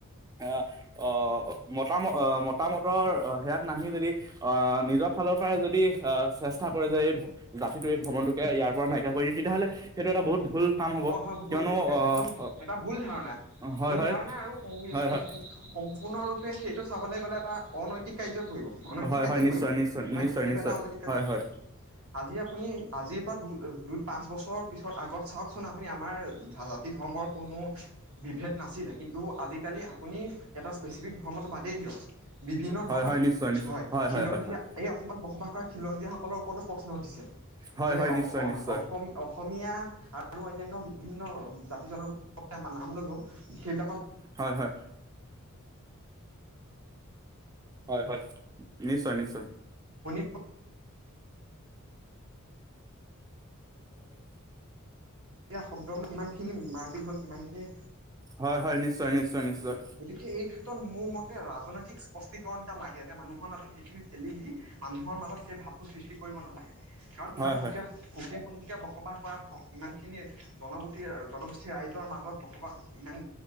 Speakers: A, on the right; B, on the right.
A: আহ অ অঁ। মতা - ম - অ মতামতৰ অহ সেয়াত নাহিও যদি অ নিজৰ ফালৰ পৰাই যদি অ চেষ্টা কৰে যে <unintelligible> জাতিটো এই ভ্ৰমণটোকে ইয়াৰ পৰা নাইকিয়া কৰি দিম তেতিয়াহ'লে সেইটো এটা বহুত ভুল কাম হ'ব
B: হয় হয়
A: কিয়নো
B: ভ একদম
A: আহ
B: এটা ভুল ধাৰণা
A: হয়
B: ভুল
A: হয়
B: ধাৰণা আৰু সম
A: হয় হয়
B: সম্পূৰ্ণৰূপে সেইটো চাবলৈ গ'লে। এটা অনৈতিক কাৰ্যত। অনৈতিক
A: হয়
B: কাৰ্যয়ত
A: হয় নিশ্চয়
B: পৰিব
A: নিশ্চয়
B: হয়
A: নিশ্চয়
B: ন সেইটো
A: নিশ্চয়
B: এটা অনৈতিক কাৰ্যয়ত
A: হয়
B: পৰি
A: হয়
B: আজি আপুনি আজিৰ পৰা দু দুই পাঁচ বছৰৰ পিছত আগত চাওক। আপুনি আমাৰ জাতি ধৰ্ম। কোনো। বিভেদ নাছিলে কিন্তু আজিকালি আপুনি এটা স্পেচিফিক ধৰ্মটো বাদেই দিয়ক বিভিন্ন
A: হয়
B: ধৰণৰ
A: হয় নিশ্চয় নিশ্চয়
B: হয় খিলঞ্জীয়াা
A: হয় হয়
B: এই অসমত বসবাস কৰা খিলঞ্জীয়া সকলৰ ওপৰতো প্ৰশ্ন উটিছে
A: হয়
B: যে
A: হয়
B: অ
A: নিশ্চয়
B: অ
A: নিশ্চয়
B: অসম অসমীয়া। আৰু অন্যান্য বিভিন্ন জাতি জনগোষ্ঠীৰ আম নাম ললো সেইবিলাকৰ
A: হয় হয় হয় হয় নিশ্চয় নিশ্চয়
B: ়
A: হয়
B: সয়া শব্দ ল কিমান খিনি মাৰপি ধ হ'ল কিমানখিনি
A: হয় হয় নিশ্চয় নিশ্চয় নিশ্চয়
B: গতিকে এই ক্ষেত্ৰত মোৰ মতে ৰাজনৈতিক স্পষ্টিকণ এটা লাগে যে মানুহৰ মাজত সেইখিনি ঠেলি দি মানুহৰ মাজত সেই ভাৱ সৃষ্টি কৰিব নালাগে কাৰণ
A: হয়
B: ইমান সুকীয়া
A: হয়
B: সুকীয়া সন্মুকে বসবাস কৰা ইমান খিনি জনগোতি জনগোষ্ঠীৰ ৰাইজৰ মাজত বসবাস ইমান